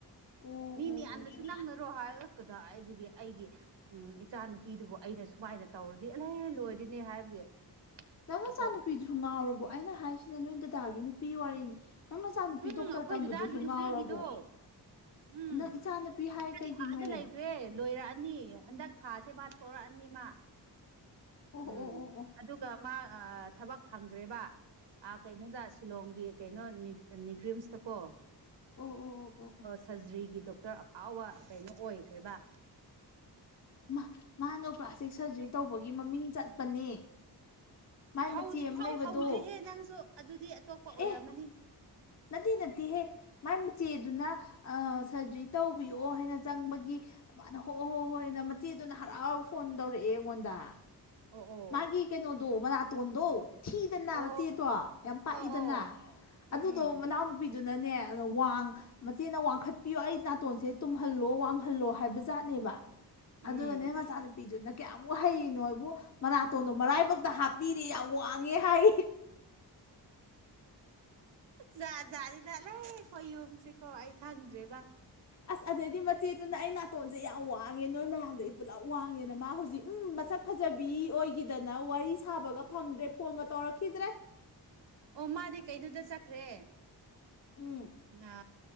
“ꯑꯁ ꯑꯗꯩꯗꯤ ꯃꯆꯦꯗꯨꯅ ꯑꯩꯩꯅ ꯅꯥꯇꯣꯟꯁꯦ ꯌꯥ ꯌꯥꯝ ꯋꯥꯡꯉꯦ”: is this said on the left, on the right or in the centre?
Left